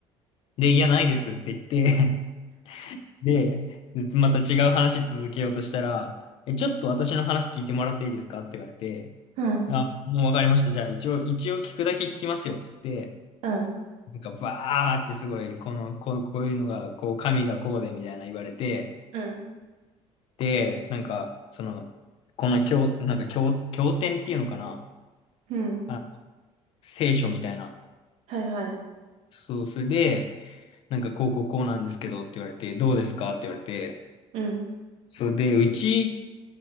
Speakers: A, on the left; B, on the right.
A: で、いや、ないですって言って、で、また違う話続けようとしたら、え、ちょっと私の話聞いてもらっていいですかって言われて、
B: うん、
A: あ、もうわかりました。じゃあ一応、一応聞くだけ聞きますよ。つって、
B: うん、
A: なんかバーってすごい、この、こう、こういうのが、こう、神がこうで、みたいな言われて、
B: うん、
A: で、なんか、その、この経、なんか経、経典っていうのかな
B: うん、
A: あ、聖書みたいな。
B: はいはい。
A: そう、それで、なんかこうこうこうなんですけどって言われて、どうですかって言われて、
B: うん。
A: それで、うち